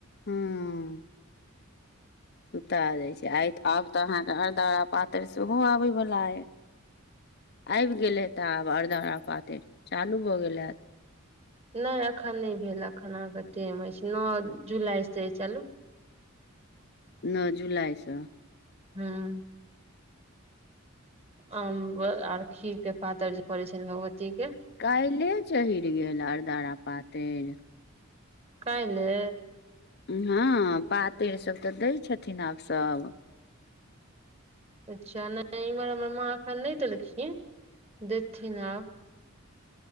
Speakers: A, on the left; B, on the right.
A: हूँ। सुता जाइ छै आइ आब तऽ अहाँकके अरदरा पातरि सेहो आबे वाला हे आबि गेले तऽ आब अरदरा पातरि चालू भऽ गेल हत
B: नहि अखन नहि भेल अखन अहाँके टाइम अछि नओ जुलाईसे चलू
A: नओ जुलाइसँ
B: हूं आम आर खीरके पातर जे पड़े छ भगवतीके
A: काइले चहीर गेल अरदरा पातरि।
B: काइले।
A: हँ, पातरि सभ तऽ दै छथिन आब सभ।
B: अच्छा, नहि इम्हर हमर माँ एखन नहि देलखिन देथिन आब।